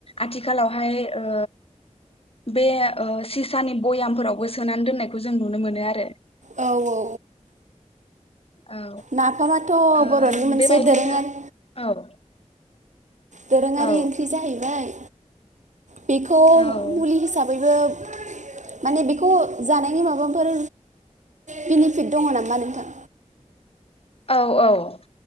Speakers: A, on the left; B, on the right.
A: आथिखालावहाय ओ बे ओ सिसानि बयामफोरावबो सोनानै दोननायखौ जों नुनो मोनो आरो
B: औ औ
A: औ
B: नाफामाथ'
A: ओ
B: बर'नि मोनसे
A: बेबायदिनो
B: दोरोङारि
A: औ
B: दोरोङारि
A: औ
B: ओंख्रि जाहैबाय बेखौ
A: औ
B: मुलि हिसाबैबो माने बेखौ जानायनि माबाफोर बेनिफिट दङ नामा नोंथां
A: औ औ ओ